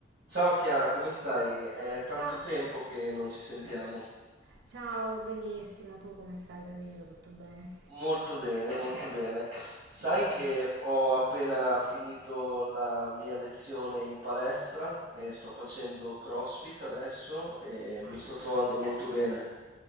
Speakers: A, on the right; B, on the right.
A: Ciao Chiara, come stai? È tanto
B: Ciao,
A: tempo che non ci sentiamo.
B: ciao, benissimo. Tu come stai, Danilo? Tutto bene?
A: Molto bene, molto bene. Sai
B: Meno male.
A: che ho appena finito la mia lezione in palestra e sto facendo CrossFit adesso e mi
B: Ah,
A: sto trovando molto bene.